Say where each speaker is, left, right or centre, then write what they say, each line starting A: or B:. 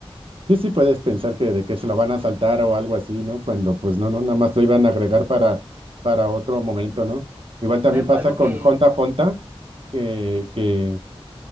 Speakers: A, on the right; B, on the right.
A: sí, sí puedes pensar que de que se lo van a saltar o algo así, ¿no? Cuando pues no, no, nada más lo iban a agregar para, para otro momento, ¿no? Igual también
B: Por ejemplo,
A: pasa
B: algo
A: con
B: que,
A: Honta Honta que, que